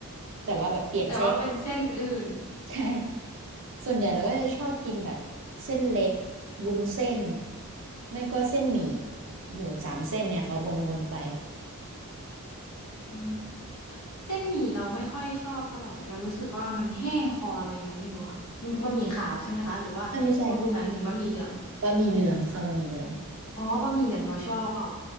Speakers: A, on the right; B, on the left.
A: แต่ว่าแบบเปลี่ยนเส้น
B: แต่ว่าเป็นเส้นอื่น
A: ใช่ ส่วนใหญ่เราก็จะชอบกินแบบเส้นเล็กวุ้นเส้น ไม่ก็เส้นหมี่อยู่สามเส้นเนี่ยค่ะวนๆไป
B: อืมเส้นหมี่เราไม่ค่อยชอบเท่าไหร่เรารู้สึกว่ามันแห้งคอเรายังไงไม่รู้ค่ะบะหมี่ขาวใช่ไหมคะหรือว่าคุณปูนหมายถึงบะหมี่เหลือง
A: เอ้ยไม่ใช่บะหมี่เหลืองค่ะบะหมี่เหลือง
B: อ๋อบะหมี่เหลืองเราชอบ